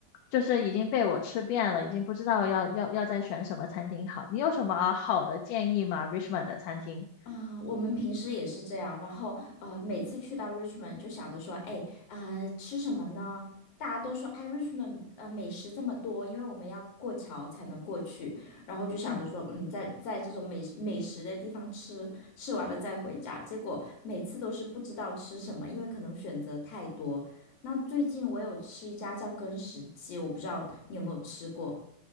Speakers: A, on the left; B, on the left.
A: 就是已经被我吃遍了，已经不知道要要要再选什么餐厅好。你有什么好的建议吗？Richmond 的餐厅，
B: 啊、我们平时也是这样，然后呃，每次去到 Richmond 就想着说，哎，呃，吃什么呢？大家都说，哎，Richmond 呃美食这么多，因为我们要过桥才能过去，然后就想着说，
A: 嗯，
B: 嗯，在在这种美食美食的地方吃，吃完了再回家。结果每次都是不知道吃什么，因为可能选择太多。那最近我有吃一家叫根石记，我不知道你有没有吃过。